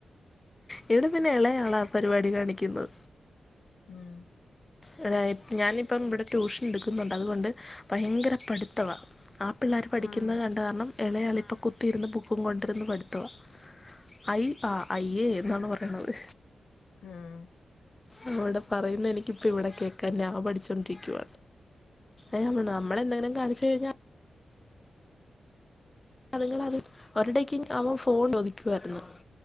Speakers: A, on the left; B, on the left.
A: ഇവിടെ പിന്നെ എളയാള ആ പരിപാടി കാണിക്കുന്നത്
B: ഉം
A: തയാലും ഞാനിപ്പം ഇവടെ ട്യൂഷൻ എടുക്കുന്നുണ്ട് അതുകൊണ്ട് ഭയങ്കര പഠിത്തവ ആ പിള്ളാര് പഠിക്കുന്ന
B: ആഹ്
A: കണ്ട കാരണം ഇളയാള്പ്പ കുത്തിയിരുന്ന് ബുക്കും കൊണ്ടിരുന്നു പഠിത്തവാ ഐ ആ അയ്യോ എന്നാണ് പറയ്ന്നത്
B: ആഹ്
A: അവിടെ പറയുന്ന എനിക്കിപ്പ ഇവിടെ കേക്കാം ഞാൻ പഠിച്ചോണ്ടിരിക്കുവ ഇല്ല നമ്മൾ എന്തെലും കാണിച്ച് കഴിഞ്ഞാൽ അത്ങ്ങള് അത് <unintelligible> അവൻ ഫോൺ ഒദിക്കുവായിരുന്നു